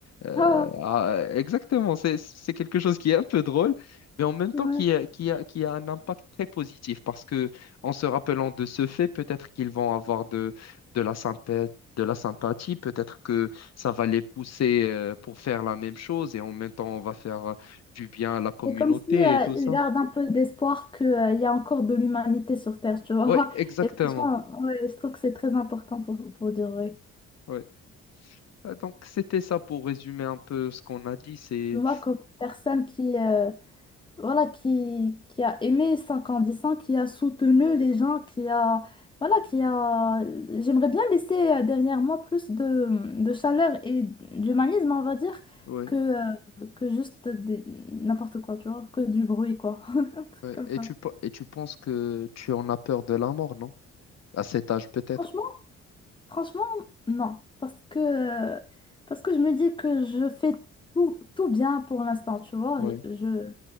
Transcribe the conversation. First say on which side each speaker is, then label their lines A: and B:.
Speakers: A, on the left; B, on the left.
A: euh,
B: Ah,
A: à- exactement, c'est, c'est quelque chose qui est un peu drôle, mais en même temps
B: ouais.
A: qui a, qui a, qui a un impact très positif parce que en se rappelant de ce fait, peut-être qu'ils vont avoir de, de la sympathie, de la sympathie, peut-être que ça va les pousser euh, pour faire la même chose et en même temps, on va faire euh, du bien à la communauté
B: C'est comme si euh,
A: et tout
B: ils
A: ça.
B: gardent un peu d'espoir qu'il y a encore de l'humanité sur Terre, tu vois.
A: Oui, exactement.
B: Et franchement, ouais, je trouve que c'est très important pour, pour dire vrai.
A: Ouais. Ah, Donc, c'était ça pour résumer un peu ce qu'on a dit. C'est...
B: Moi, comme personne qui, euh, voilà, qui, qui a aimé 50 ans, qui a soutenu les gens, qui a, voilà, qui a, j'aimerais bien laisser euh, derrière moi plus de, de chaleur et d'humanisme, on va dire,
A: Ouais,
B: que, euh, que juste des- n'importe quoi, tu vois, que du bruit, quoi. <laughs> Un truc
A: ouais.
B: comme
A: Et
B: ça.
A: tu, pe- et tu penses que tu en as peur de la mort, non? À cet âge, peut-être.
B: Franchement, franchement, non. Parce que, euh, parce que je me dis que je fais tout, tout bien pour l'instant, tu vois.
A: Oui,
B: je, je-